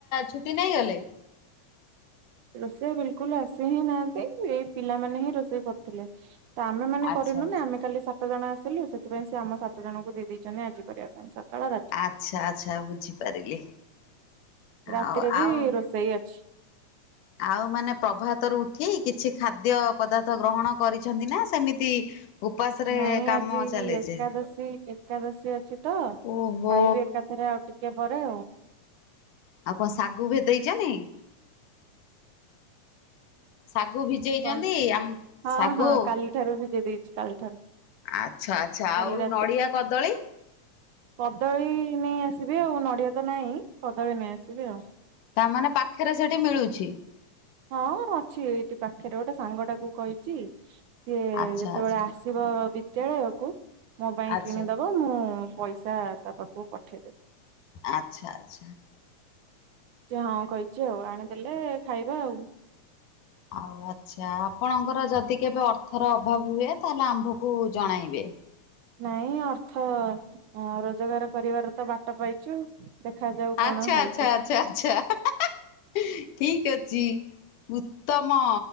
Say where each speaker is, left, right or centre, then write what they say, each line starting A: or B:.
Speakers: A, on the left; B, on the right.
A: ଛୁଟି ନେଇଗଲେ।
B: ରୋଷେଇଆ ବିଲକୁଲ ଆସି ହିଁ ନାହାନ୍ତି, ଏଇ ପିଲାମାନେ ହିଁ ରୋଷେଇ କରୁଥିଲେ। ତ ଆମେ ମାନେ
A: ଆଚ୍ଛା
B: କରିନୁନା,
A: ଆଚ୍ଛା।
B: ଆମେ କାଲି ସାତ ଜଣ ଆସିଲୁ, ସେଥିପାଇଁ ସେ ଆମ ସାତ ଜଣଙ୍କୁ ଦେଇ ଦେଇେଛନ୍ତି ଆଜି କରିବା ପାଇଁ, ସକାଳ ରାତି।
A: ଆଚ୍ଛା ଆଚ୍ଛା, ବୁଝିପାରିଲି।
B: ରାତିରେ
A: ଆଉ
B: ବି
A: ଆଉ
B: ରୋଷେଇ ଅଛି।
A: ଆଉ ମାନେ ପ୍ରଭାତରୁ ଉଠି କିଛି ଖାଦ୍ୟ ପଦାର୍ଥ ଗ୍ରହଣ କରିଛନ୍ତି ନା ସେମିତି ଉପାସରେ
B: ନାଇଁ,
A: କାମ
B: ଆଜି
A: ଚାଲିଛି
B: ଏକାଦଶୀ ଏକାଦଶୀ ଅଛି ତ,
A: ଓହୋ
B: ଖାଇବି ଏକାଥରେ ଆଉ। ଟିକେ ପରେ।
A: ଆଉ କଣ ଶାଗୁ ଭେଦେଇଛନି? ଶାଗୁ ଭିଜେଇଛନ୍ତି,
B: କଣ
A: ଆମ
B: ହଁ
A: ଶାଗୁ।
B: ହଁ କାଲି ଠାରୁ ଭିଜେଇ ଦେଇଛି କାଲି ଠାରୁ।
A: ଆଚ୍ଛା ଆଚ୍ଛା,
B: କାଲି
A: ଆଉ
B: ରାତିରେ
A: ନଡ଼ିଆ କଦଳୀ।
B: କଦଳୀ ନେଇ ଆସିବି ଆଉ, ନଡିଆ ତ ନହିଁ, କଦଳୀ ନେଇ ଆସିବି ଆଉ।
A: ତା ମାନେ ପାଖରେ ସେଠି ମିଳୁଛି।
B: ହଁ, ଅଛି, ଏଇଠି ପାଖରେ ଗୋଟେ ସାଙ୍ଗଟାକୁ କହିଛି, ସିଏ
A: ଆଚ୍ଛା
B: ଯେତେବେଳେ
A: ଆଚ୍ଛା
B: ଆସି- ବ ବିଦ୍ୟାଳୟ କୁ ମୋ ପାଇଁ
A: ଆଚ୍ଛା
B: କିଣିଦବ। ମୁଁ ପଇସା ତା ପାଖକୁ ପଠେଇଦେବି।
A: ଆଚ୍ଛା ଆଚ୍ଛା।
B: ଯେ ହଁ କହିଛି ଆଉ, ଆଣିଦେଲେ ଖାଇବା ଆଉ।
A: ଆଉ ଆଚ୍ଛା, ଆପଣଙ୍କର ଯଦି କେବେ ଅର୍ଥର ଅଭାବ ହୁଏ, ତାହେଲେ ଆମ୍ଭକୁ ଜଣାଇବେ।
B: ନାଇଁ, ଅର୍ଥ ରୋଜଗାର କରିବାର ତ ବାଟ ପାଇଛୁ। ଦେଖାଯାଉ କଣ
A: ଆଚ୍ଛା
B: ହଉଛି
A: ଆଚ୍ଛା ଆଚ୍ଛା <unintelligible> ଠିକ ଅଛି। ଉତ୍ତମ